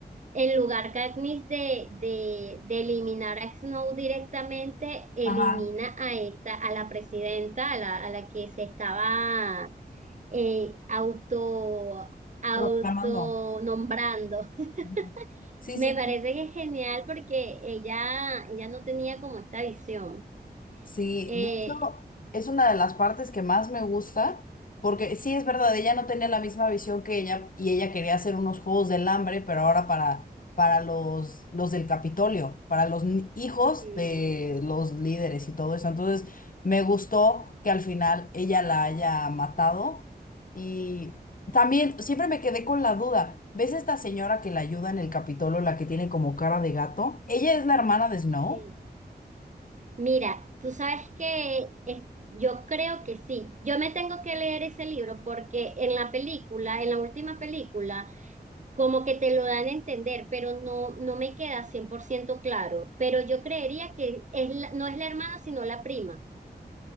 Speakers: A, on the right; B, on the left.
A: en lugar Katniss de, de, de eliminar a Snow directamente, elimina
B: Ajá,
A: a esta, a la presidenta, a la, a la que se estaba eh, auto, autonombrando.
B: proclamando. Ujú.
A: <laughs>
B: Sí,
A: Me
B: sí,
A: parece
B: sí.
A: que es genial porque ella, ella no tenía como esta visión.
B: Sí,
A: Eh,
B: de hecho, es una de las partes que más me gusta, porque sí es verdad, ella no tenía la misma visión que ella y ella quería hacer unos juegos del hambre, pero ahora para, para los, los del Capitolio, para los ni- hijos
A: sí,
B: de los líderes y todo eso. Entonces, me gustó que al final ella la haya matado y también siempre me quedé con la duda. ¿Ves esta señora que la ayuda en el Capitolio, la que tiene como cara de gato? Ella es la hermana de Snow.
A: sí. Mira, tú sabes que es- yo creo que sí. Yo me tengo que leer ese libro porque en la película, en la última película, como que te lo dan a entender, pero no, no me queda 100% claro. Pero yo creería que es la- no es la hermana, sino la prima.